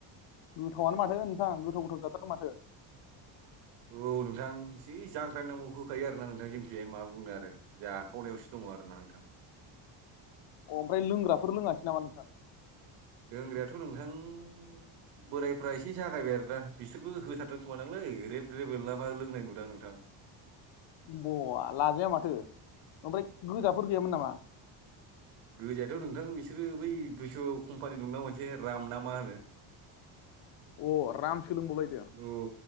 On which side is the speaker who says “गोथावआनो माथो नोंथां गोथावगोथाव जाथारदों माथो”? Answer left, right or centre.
Left